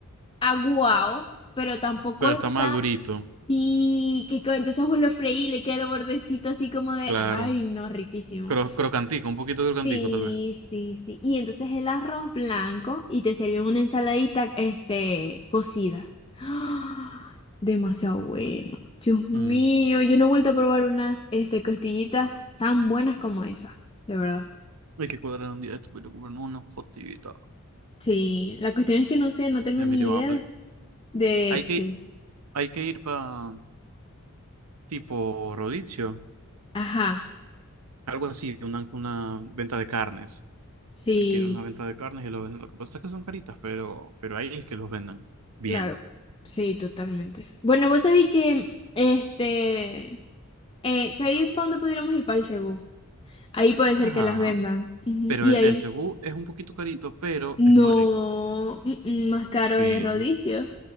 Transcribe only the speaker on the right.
Pero
está más durito,
claro.
Cro- crocantico, un poquito crocantico,
tal vez.
Ujú.
Hay que cuadrar un día esto, pero comprarnos una gotitas.
Ya
me dio
hambre.
Hay que,
hay que ir para tipo Rodicio.
Algo así, una, una venta de carnes.
Hay que ir a una venta de carnes y lo venden. Lo que pasa es que son caritas, pero, pero ahí es que los vendan. Bien.
Ajá.
Pero
el,
el cebú es un poquito carito, pero
es muy rico.
Sí.